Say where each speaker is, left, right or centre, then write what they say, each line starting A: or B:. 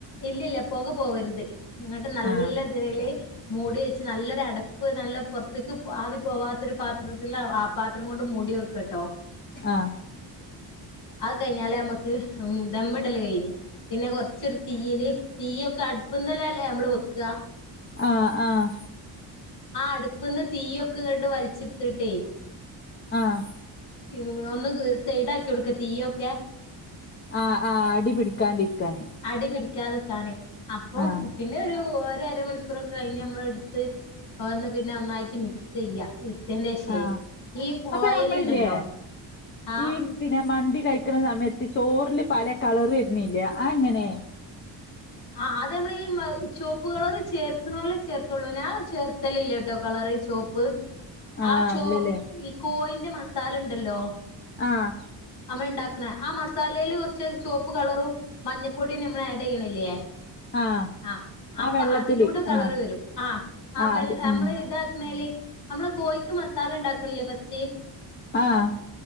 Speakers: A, on the left; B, on the left.
A: ഇല്ലല്ല പൊക പോകരുത് ഇങ്ങട്ട് നല്ലതില്
B: ആഹ്
A: മൂടി വെച്ച് നല്ലൊരടപ്പ് നല്ല പൊർത്ത്ക്ക് ആവി പോവാത്തൊരു പാത്രത്തിലാ പാത്രം കൊണ്ട് മൂടി വെക്കാ കട്ടോ
B: ആഹ്
A: അത് കഴിഞ്ഞാലേ നമുക്ക് ദമ്മിടൽ കഴിഞ് പിന്നെ കുറച്ചരു തീയിയില് തീയൊക്കെ ഒക്കടുപ്പ്ന്നല്ലല്ലേ അമ്മള് വെക്കാ?
B: ആഹ ആഹാ
A: ആഹ് അടുപ്പ നിന്ന് തീയൊക്കെ ഇങ്ങട്ട് വലിച്ചിെടുത്തിട്ടേ
B: ആഹ്
A: ഉഒന്ന് സൈഡ ആാക്കി കൊടുക്ക തീയ ഒക്കെ
B: ആഹ് ആഹ് അടി പിടിക്കാണ്ടിരിക്കാനേ
A: അടി പിടിക്കാതിെക്കാനെ അപ്പൊ
B: ആഹ്
A: പിന്നെ ഒരു ഒരമണിക്കൂറൊക്കെ കഴിഞ്ഞ് നമ്മള എടുത്ത് തൊറ്ന്ന് പിന്നൊന്നായിട്ട് മിക്സെയ്യാ ഇട് ന്റെശേ
B: ആഹ്
A: ഈ
B: അപ്പൊ
A: ഓയൽ
B: ഞമ്മളില്ലേ
A: ഉണ്ടല്ലോ ആഹ്
B: ഈ പിന്നെ മന്തി കഴിക്ണ സമയത്ത് ചോറ്ല് പല കളറ് വര്ണില്ലേ അഹ് ഇങ്ങെനെ?
A: ആഹ് അത് നമ്മൾ ഈ ചോപ്പ് കളറ് ചേർത്തണോ അല്ലേ ചേർത്തുള്ളൂ ന്നാ ചേർത്തലില്ല ട്ടോ കളറ് ചോപ്പ്
B: ആഹ്
A: ആ ചോ
B: ഇല്ലല്ലേ
A: ഈ കോയിന്റെ മസാലണ്ടല്ലോ?
B: ആഹ്
A: അമ്മ ഉണ്ടാക്കണ ആ മസാലയില് കുറച്ച് ചുവപ്പ് കളറും മഞ്ഞപ്പൊടിയ നമ്മൾ ആഡ് ചെയ്യണില്ലേ
B: ആഹ്
A: ആ അപ്പൊ
B: ആ വെള്ളത്തില്
A: അതിലൂടെ കളർ
B: ആഹ്
A: വരും ആ ആ
B: ആഹ്
A: വെള്ള
B: അത്
A: നമ്മള്
B: ഉം
A: ഇതാക്ക് ണെയ്ല് നമ്മള് കോഴിക്ക് മസാല ഉണ്ടാക്കണില്ലേ ഫസ്റ്റ്
B: ആഹ്